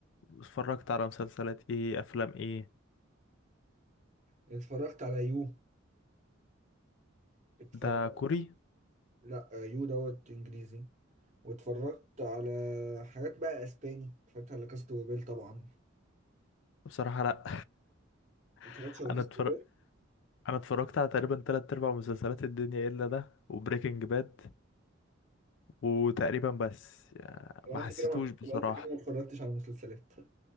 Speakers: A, on the left; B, on the right.
A: اتفرجت على مسلسلات ايه افلام ايه
B: اتفرجت على يو اتفرجت
A: ده كوري
B: لا يو دوت انجليزي واتفرجت على حاجات بقى اسباني اتفرجت على كاست وبيل طبعا
A: بصراحة لا
B: ما اتفرجتش
A: <laughs>
B: على
A: انا
B: كاست
A: اتفرج
B: وبيل
A: انا اتفرجت على تقريبا تلات ارباع مسلسلات الدنيا الا ده وبريكنج باد وتقريبا بس يعني
B: يبقى
A: ما
B: انت
A: حسيتوش
B: كده ما
A: بصراحة
B: يبقى انت كده ما اتفرجتش على مسلسلات <laughs>